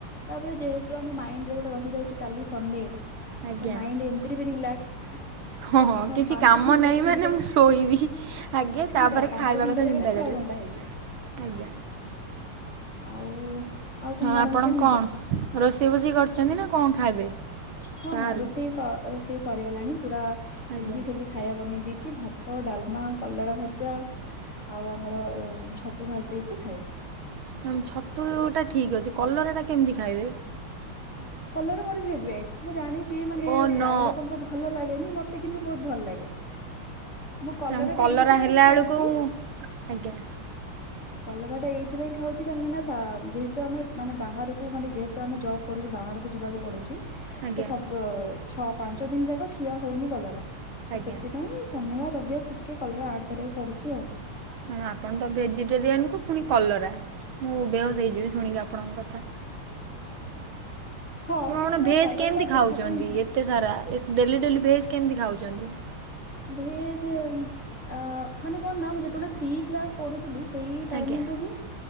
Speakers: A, on the left; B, on the right.
A: ତାପରେ ଯେହେତୁ ଆମ ମାଇଣ୍ଡ ରେ ଗୋଟେ ରହିଯାଉଛି କାଲି ସଣ୍ଡେ।
B: ଆଜ୍ଞା।
A: ତ ମାଇଣ୍ଡ ଏମିତିରେ ବି ରିଲାକ୍ସ
B: ହଁ
A: ତ
B: ହଁ
A: କହ
B: କିଛି
A: ପାଞ୍ଚ
B: କାମ
A: ଘଣ୍ଟା
B: ନାହିଁ
A: ଜାଗାରେ।
B: ମାନେ ମୁଁ ଶୋଇବି ଆଗେ
A: ସେଇଟା
B: ତାପରେ
A: ପାଞ୍ଚ
B: ଖାଇବା
A: ଘଣ୍ଟା
B: କଥା
A: ଜାଗାରେ
B: ଚିନ୍ତା
A: ଛଅ
B: କରିବି।
A: ଘଣ୍ଟା ହେଇଯିବ।
B: ଆଜ୍ଞା।
A: ଆଉ ଆଉ କଣ
B: ହଁ
A: ମ୍ୟାଡାମ
B: ଆପଣ
A: କୁହନ୍ତୁ
B: କଣ ରୋଷେଇ ବୋଷେଇ କରଛନ୍ତି ନା କଣ ଖାଇବେ?
A: ହଁ
B: ବାହାରୁ
A: ହଁ ରୋଷେଇ ସ ରୋଷେଇ ସରିଗଲାଣି ପୁରା ହେଲଦି
B: ଆଜ୍ଞା।
A: ଫେଲଦି। ଖାଇବା ବନେଇ ଦେଇଛି ଭାତ, ଡାଲମା, କଲରା ଭଜା। ଆଉ ଆମର ଛତୁ ଭାଜି ଦେଇଛି ଖାଇବୁ।
B: ମ୍ୟାମ୍ ଛତୁଟା ଠିକ୍ ଅଛି। କଲରଟା କେମିତି ଖାଇବେ?
A: କଲରା ମୋର ଫେଭରାଇଟ୍ ମୁଁ ଜାଣିଛି ମାନେ
B: ଓ
A: ପ୍ରାୟ
B: ନୋ
A: ଲୋକଙ୍କୁ ଭଲ ଲା ଡେଲି ମତେ କିନ୍ତୁ ବହୁତ ଭଲ ଲାଗେ। ମୁଁ କଲରା
B: ମ୍ୟାମ୍
A: ଟା ଏଇଥିପାଇଁ
B: ହେଲା
A: ଖାଉଛି।
B: ବେଳକୁ ଆଜ୍ଞା
A: କଲରା ଟା ଏଇଥିପାଇଁ। ଖାଉଛି କାହିଁକି ନା ସା ଯେହେତୁ ଆମେ ମାନେ ବାହାରକୁ ମାନେ ଯେହେତୁ ଆମେ ଜବ୍ କରୁଚୁ ବାହାର। ଯିବାକୁ ପଡୁଛି
B: ଆଜ୍ଞା
A: ତ ସବ ଛଅ ପାଞ୍ଚ ଦିନ ଯାକ ଖିଆ ହଉନି କଲରା।
B: ଆଜ୍ଞା
A: ସେଥିପାଇଁ ଶନିବାର, ରବିବାର ଟିକେ କଲରା ଆଡ କରିବାକୁ ପଡୁଛି ଆଉ।
B: ନା ଆପଣ ତ ଭେଜିଟେରିଆନ୍ କୁ ପୁଣି କଲରା ମୁଁ ବେହୋସ ହେଇଯିବି ଶୁଣିକି ଆପଣଙ୍କ କଥା।
A: ହଁ
B: କଣ
A: କିନ୍ତୁ
B: ଭେଜ
A: କଲରା
B: କେମିତି
A: ଟା
B: ଖାଉଛନ୍ତି
A: ଦେହ ପାଇଁ ଭଲ।
B: ଏ ଏତେ ସାରା ଏସ୍ ଡେଲି ଡେଲି ଭେଜ୍ କେମିତି ଖାଉଛନ୍ତି?
A: ଭେଜ ଅ ମାନେ କଣ ନା ମୁଁ ଯେତେବେଳେ ଥି ଥ୍ରୀ କ୍ଲାସ୍ ପଢ଼ୁଥିଲି ସେଇ ଟାଇମିଂ
B: ଆଜ୍ଞା
A: ରୁ ହିଁ